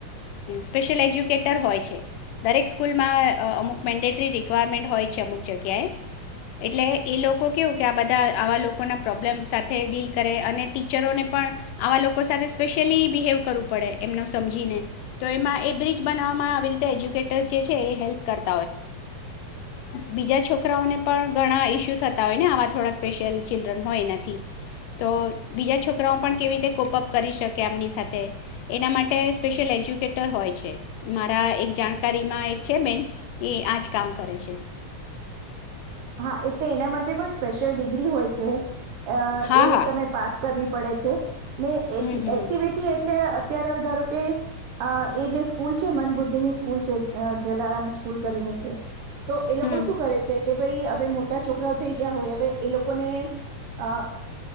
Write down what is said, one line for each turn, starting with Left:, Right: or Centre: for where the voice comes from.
Left: સ્પેશિયલ એજ્યુકેટર હોય છે દરેક સ્કૂલમાં અમુક. મેન્ડેટરી રિક્વાયરમેન્ટ હોય છે અમુક જગ્યાએ એટલે એ લોકો કેવું કે આ બધા આવા લોકોના પ્રોબ્લેમ્સ સાથે ડીલ કરે અને ટીચરોને પણ આવા લોકો સાથે સ્પેશિયલી બિહેવ કરવું પડે એમનો સમજીને તો એમાં એ બ્રિજ બનાવવામાં આવી રીતે એજ્યુકેટર્સ જે છે એ હેલ્પ કરતા. બીજા છોકરા ઘણા ઈસ્યુતા હોય આ થો સ્લ ચિલ્ડ્રન હોય નથી તો બીજા છોકરાઓ પણ કેવી રીતે કોપઅપ કરી શકેમની સાથે એના માટે સ્લ એજ્યુકેટર હોય છે મારા એક જાણકારી છે બે. એ આ જ કામ કરે છે.
Right: હા એટલે એના માટે પણ સ્પેશિયલ ડિગ્રી હોય છે. અ
Left: હા
Right: એ
Left: હા
Right: તમે પાસ કરવી. પડે છે. ને એટલી
Left: હમ હમ
Right: એક્ટિવિટી એટલે. અત્યારે વધારો કે એ જે સ્કૂલ છે મન બુદ્ધિ ની સ્કૂલ છે જલારામ સ્કૂલ કરીને છે. તો એ
Left: હમ
Right: લોકો શું કરે છે કે. ભાઈ હવે મોટા છોકરાઓ થઈ ગયા હોય હવે એ લોકોને અ